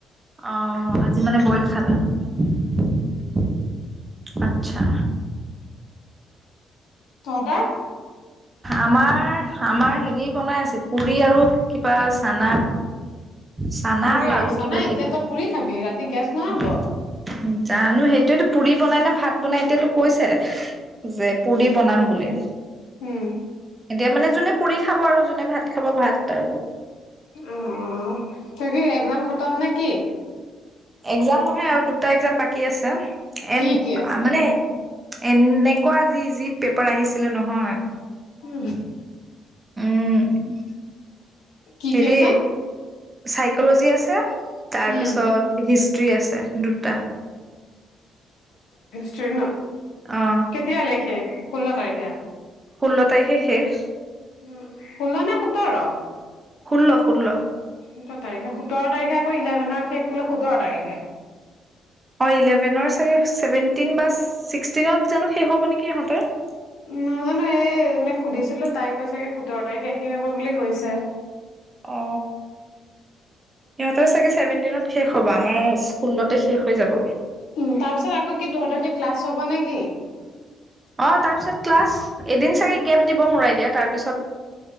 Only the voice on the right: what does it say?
অ আজি মানে বইল খালা অ <inaudible> আত্ছা
আমাৰ আমাৰ হেৰি বনাই আছিল পুৰি আৰু কিবা চানা চানা
আলু
কিবা টাইপ
জানো
সেইটোৱেটো পুৰি বনাই নে ভাত বনাই এতিয়াতো কৈছে যে পুৰি বনাম বুলি
এতিয়া মানে যোনে পুৰি খাব আৰু যোনে ভাত খাব ভাত আৰু
একজাম নহয় আৰু দুটা একজাম বাকী আছে এন
মানে এনেকুৱা ইজি পেপাৰ আহিছিলে নহয়।
উম
হেৰি
চাইকলজী আছে। তাৰপিছত
হিষ্ট্ৰি আছে দুটা
অ
ষোল্ল তাৰিখে শেষ
ষোল্ল ষোল্ল
অ ইলেভেনৰ চছেভেনটিন বাছ ছিক্সটিনত জানো শেষ হব নেকি ইহঁতৰ
অ সিহঁতৰ চাগে ছেভেনটিনত শেষ হবা আমাৰ স্কুলতে শেষ হৈ যাব।
অ তাৰপিছত ক্লাছ এদিন চাগে গেপ দিব মোৰ আইডিয়াত তাৰ পিছত